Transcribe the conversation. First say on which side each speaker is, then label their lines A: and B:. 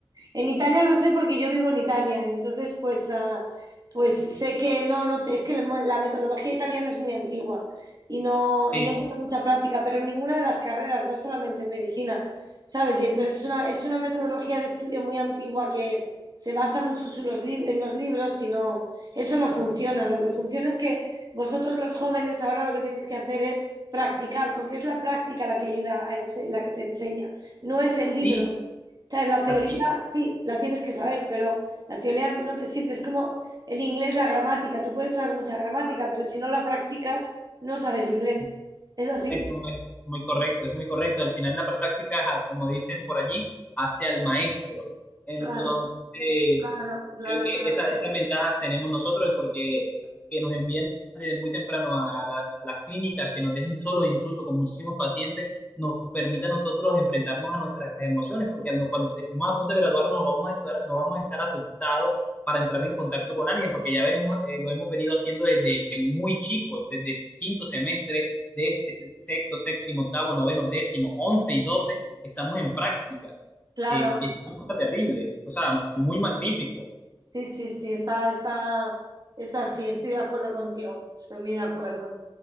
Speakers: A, on the right (about 45°); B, on the left (about 15°).
A: En Italia lo sé porque yo vivo en Italia, entonces pues, ah, pues sé que no, no te- es que la, la metodología italiana es muy antigua y no,
B: Sí,
A: y no tiene mucha práctica, pero en ninguna de las carreras, no solamente en medicina, ¿sabes? Y entonces es una, es una metodología de estudio muy antigua que se basa mucho su- los li- en los libros y no, eso no funciona. Lo que funciona es que vosotros los jóvenes ahora lo que tenéis que hacer es practicar, porque es la práctica la que ayuda, a ense- la que te enseña no es el libro.
B: sí,
A: O sea, la teoría
B: así
A: sí, la tienes que saber, pero la teoría no te sirve. Es como el inglés, la gramática. Tú puedes saber mucha gramática, pero si no la practicas, no sabes inglés.
B: es,
A: Es así.
B: es muy, muy correcto, es muy correcto. Al final la práctica, ajá, como dicen por allí, hace al maestro. Entonces,
A: Claro, claro, claro,
B: Creo que
A: claro.
B: esa- esas ventajas tenemos nosotros porque que nos envíen desde muy temprano a las, a las clínicas, que nos dejen solos incluso con muchísimos pacientes, nos permite a nosotros enfrentarnos a nuestras emociones, porque al no- cuando estemos a punto de graduarnos vamos a estar, no vamos a estar asustados para entrar en contacto con alguien, porque ya venimos, eh, lo hemos venido haciendo desde muy chicos, desde quinto semestre, de se- sexto, séptimo, octavo, noveno, décimo, once y doce, estamos en práctica,
A: Claro,
B: que, que es una cosa terrible, o sea, muy magnífico.
A: sí, sí, sí, está, está, está así, estoy de acuerdo contigo, estoy muy de acuerdo.